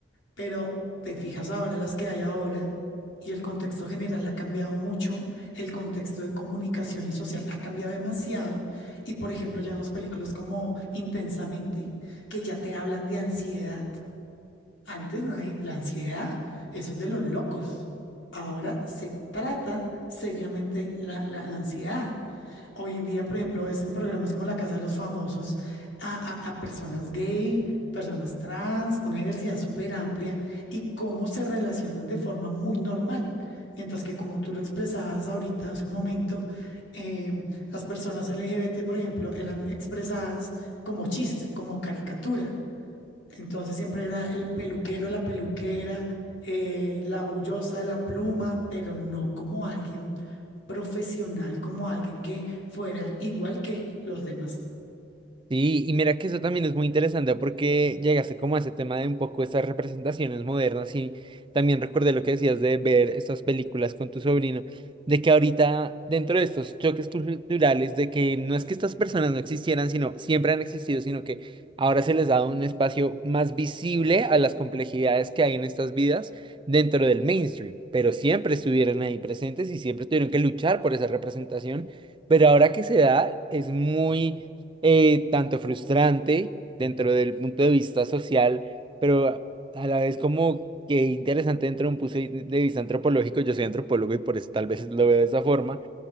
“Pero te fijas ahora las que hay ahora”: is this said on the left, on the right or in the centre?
Left